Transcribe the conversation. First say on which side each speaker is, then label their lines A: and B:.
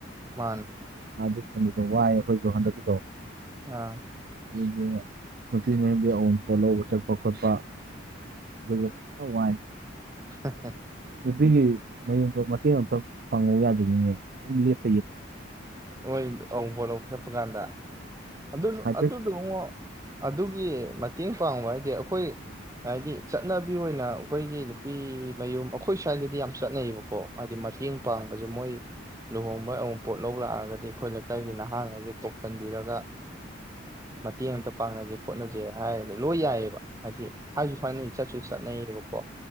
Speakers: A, on the right; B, on the right.
A: ꯃꯥꯅꯤ
B: ꯃꯥ ꯑꯗꯨ ꯈꯟꯕꯗꯣ ꯋꯥꯏ ꯑꯩꯈꯣꯏꯁꯨ ꯍꯟꯗꯛꯀꯤꯗꯣ
A: ꯑꯥ
B: ꯑꯗꯨꯗꯤ ꯅꯨꯄꯤ ꯃꯌꯨꯝꯗꯩ ꯑꯎꯟꯄꯣꯠ ꯂꯧꯕ ꯆꯠꯄ ꯈꯣꯠꯄ ꯑꯗꯨꯖꯨ ꯐꯖꯟ ꯋꯥꯏ
A: ꯍꯥ ꯍꯥ
B: ꯅꯨꯄꯤꯒꯤ ꯃꯌꯨꯝꯗꯣ ꯃꯇꯦꯡ ꯑꯝꯇ ꯄꯥꯡꯉꯎ ꯌꯥꯗ꯭ꯔꯤꯅꯤꯅꯦ ꯑꯗꯨꯝ ꯂꯦꯞ
A: ꯅꯣꯏ ꯑꯎꯟꯄꯣꯠ ꯂꯧꯕ ꯆꯠꯄ ꯀꯥꯟꯗ ꯑꯗꯨ
B: ꯍꯥꯏꯐꯦꯠ
A: ꯑꯗꯨꯗꯨꯉꯣ ꯑꯗꯨꯒꯤ ꯃꯇꯦꯡ ꯄꯥꯡꯕ ꯍꯥꯏꯁꯦ ꯑꯩꯈꯣꯏ ꯍꯥꯏꯗꯤ ꯆꯠꯅꯕꯤ ꯑꯣꯏꯅ ꯑꯩꯈꯣꯏꯒꯤ ꯅꯨꯄꯤ ꯃꯌꯨꯝ ꯑꯩꯈꯣꯏ ꯁ꯭ꯋꯥꯢꯗꯗꯤ ꯌꯥꯝ ꯆꯠꯅꯩꯌꯦꯕꯀꯣ ꯍꯥꯏꯗꯤ ꯃꯇꯦꯡ ꯄꯥꯡꯕꯁꯦ ꯃꯣꯏ ꯂꯨꯍꯣꯡ ꯃꯣꯏ ꯑꯋꯨꯡꯄꯣꯠ ꯂꯧ ꯂꯥꯛꯑꯒꯗꯤ ꯑꯩꯈꯣꯏ ꯂꯩꯀꯥꯏꯒꯤ ꯅꯍꯥꯉꯩꯁꯦ ꯀꯧꯁꯟꯕꯤꯔꯒ ꯃꯇꯦꯡ ꯑꯝꯇ ꯄꯥꯡꯍꯟꯁꯦ ꯈꯣꯠꯍꯟꯁꯦ ꯍꯥꯏꯔꯒ ꯂꯣꯏ ꯌꯥꯏꯌꯦꯕ ꯍꯥꯏꯗꯤ ꯍꯥꯏꯁꯨ ꯍꯥꯏꯅꯩ ꯆꯠꯁꯨ ꯆꯠꯅꯩꯌꯦꯕꯀꯣ